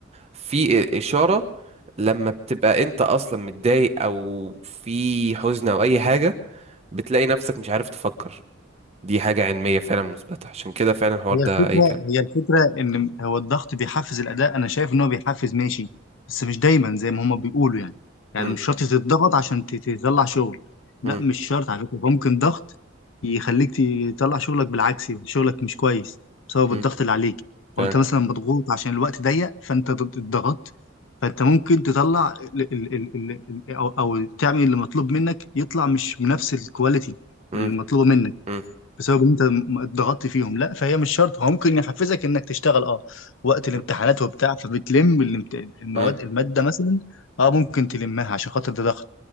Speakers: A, on the right; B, on the left.
A: في إشارة لما بتبقى أنت أصلا متضايق أو في حزن أو أي حاجة بتلاقي نفسك مش عارف تفكر دي حاجة علمية فعلا مثبتة عشان كده فعلا الحوار
B: هي
A: ده
B: الفكرة
A: أي كلام
B: هي الفكرة إن هو الضغط بيحفز الأداء أنا شايف إن هو بيحفز ماشي بس مش دايما زي ما هما بيقولوا يعني يعني
A: مم،
B: مش شرط تتضغط عشان ت- تطلع شغل لا
A: مم،
B: مش شرط على فكرة ممكن ضغط يخليك ت- تطلع شغلك بالعكس يبقى شغلك مش كويس بسبب
A: مم،
B: الضغط اللي عليك
A: فعلا
B: أو أنت مثلا مضغوط عشان الوقت ضيق فأنت ض- اتضغطت فأنت ممكن تطلع ال ال ال ال ال- أو أو تعمل اللي مطلوب منك يطلع مش بنفس الكواليتي
A: مم،
B: المطلوبة منك
A: مم،
B: بسبب إن انت م- اتضغطت فيهم لا فهي مش شرط هو ممكن يحفزك انك تشتغل اه وقت الامتحانات
A: مم،
B: وبتاع فبتلم الامت- المواد
A: مم،
B: الماده مثلا اه ممكن تلمها عشان خاطر ده ضغط